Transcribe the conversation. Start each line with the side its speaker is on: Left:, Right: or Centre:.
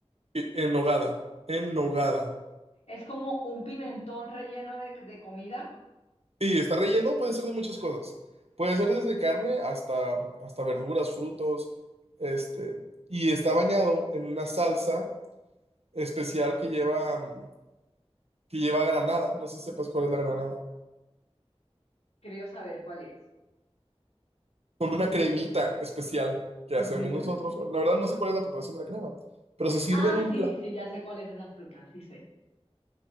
Right: y- en hogada, en hogada.
Left: Es como un pimentón relleno de, de comida.
Right: Sí, está relleno, puede ser de muchas cosas. Puede ser desde carne hasta, hasta verduras, frutos, este, y está bañado en una salsa especial que lleva, mm, que lleva granada, no sé si sepas cuál es la granada.
Left: Creo saber cuál es.
Right: con una cremita especial que hacemos
Left: Ujú.
Right: nosotros. La verdad no sé cuál es la preparación de la crema, pero se sirve
Left: Ah,
Right: en un
Left: sí,
Right: plato
Left: sí, ya sé cuál es esa fruta, sí sé.